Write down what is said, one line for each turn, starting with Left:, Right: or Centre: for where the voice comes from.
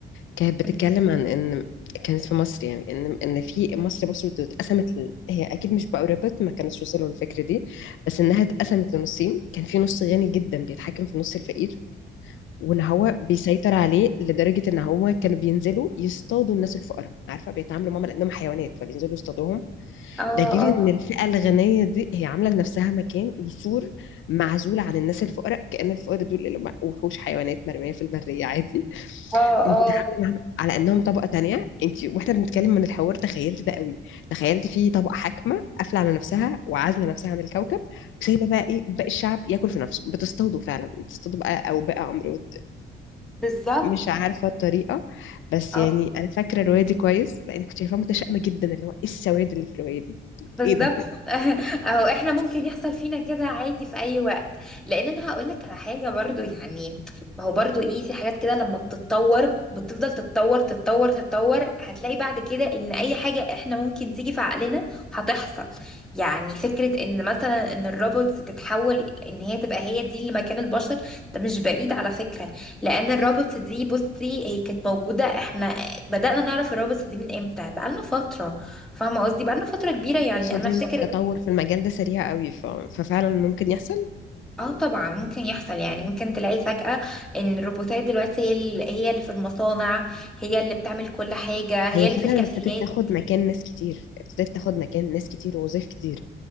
Left: كانت بتتكلم
Centre: الروبوتات
Left: عن ان كانت في مصر يعني ان ان في مصر مصر اتقسمت ل... هي اكيد مش بقربت ما كانتش وصلوا للفكره دي بس انها اتقسمت لنصين كان في نص غني جدا بيتحكم في نص الفقير وان هو بيسيطر عليه لدرجه ان هو كانوا بينزلوا يصطادوا الناس الفقراء عارفه بيتعاملوا معاهم لانهم حيوانات فبينزلوا يصطادوهم
Centre: اه
Left: ده غير
Centre: اه
Left: ان الفئة الغنية دي هي عاملة لنفسها مكان وسور معزول عن الناس الفقراء كأن الفقراء دول اللي هم وحوش حيوانات مرمية في المرية عادي <laughs>
Centre: اه
Left: وبيتعاملوا
Centre: اه
Left: معاهم على انهم طبقة تانية انت واحنا بنتكلم من الحوار تخيلت ده قوي تخيلت في طبقة حاكمة قافلة على نفسها وعازلة نفسها عن الكوكب وسايبة بقى ايه باقي الشعب ياكل في نفسه بتصطادوا فعلا بتصطادوا بقى او بقى عمرو
Centre: بالظبط
Left: مش عارفة الطريقة بس
Centre: اه
Left: يعني انا فاكرة الرواية دي كويس لان كنت شايفاها متشائمة جدا اللي هو ايه السواد اللي في الرواية دي
Centre: بالظبط
Left: ايه ده
Centre: <laughs> اهو احنا ممكن يحصل فينا كده عادي في اي وقت لان انا هقول لك على حاجه برضو يعني ما هو برضو ايه في حاجات كده لما بتتطور بتفضل تتطور تتطور تتطور هتلاقي بعد كده ان اي حاجه احنا ممكن تيجي في عقلنا هتحصل يعني فكره ان مثلا ان الروبوتس تتحول ان هي تبقى هي دي اللي مكان البشر ده مش بعيد على فكره لان الروبوتس دي بصي هي كانت موجوده احنا بدانا نعرف الروبوتس دي من امتى بقالنا فتره فاهمة قصدي بقالنا فترة كبيرة يعني
Left: قصاد
Centre: أنا أفتكر
Left: إن التطور في المجال ده سريع قوي ف... ففعلا ممكن يحصل
Centre: اه طبعا ممكن يحصل يعني ممكن تلاقي فجأة إن الروبوتات دلوقتي هي ال- هي اللي في المصانع هي اللي بتعمل كل حاجة هي
Left: هي
Centre: اللي
Left: فعلا
Centre: في الكافيهات
Left: ابتدت تاخد مكان ناس كتير ابتدت تاخد مكان ناس كتير ووظايف كتير